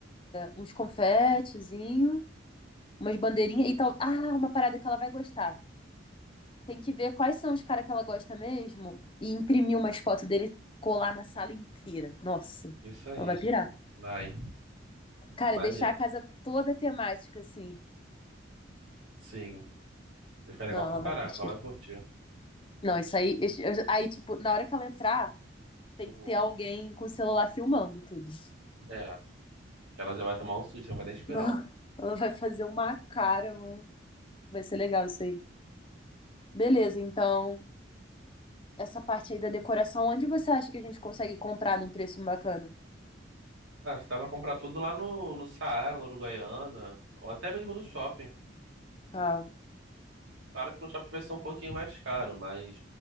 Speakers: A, on the left; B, on the right.
A: Uns confetezinhos. umas bandeirinhas e tal. Ah, uma parada que ela vai gostar. Tem que ver quais são os caras que ela gosta mesmo e imprimir umas fotos dele colar na sala inteira. Nossa,
B: Isso aí.
A: ela vai pirar.
B: Vai.
A: Cara,
B: Tá maneiro.
A: deixar a casa toda temática, assim.
B: Sim. Vai ficar legal
A: Não,
B: pra
A: ela
B: caraca,
A: vai curtir.
B: ela vai curtir.
A: Não, isso aí. isso- eu- aí, tipo, na hora que ela entrar, tem
B: Uhum.
A: que ter alguém com o celular filmando tudo.
B: É, porque ela já vai tomar um susto, já vai nem esperando.
A: Não, ela vai fazer uma cara, mano. Vai ser legal isso aí. Beleza, então, essa parte aí da decoração, onde você acha que a gente consegue comprar num preço bacana?
B: Ah, você dá pra comprar tudo lá no, no Saara, na Uruguaiana, ou até mesmo no shopping.
A: Ah,
B: Claro que no shopping vai ser um pouquinho mais caro, mas